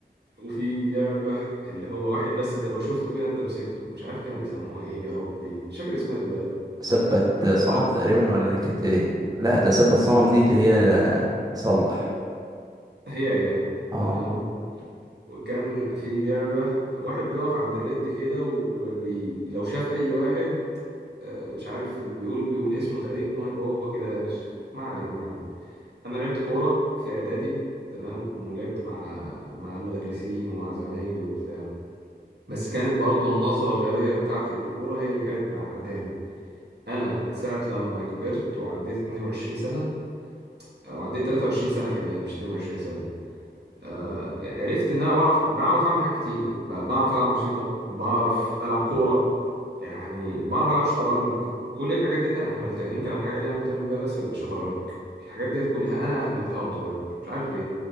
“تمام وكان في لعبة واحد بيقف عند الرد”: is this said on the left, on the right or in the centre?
Right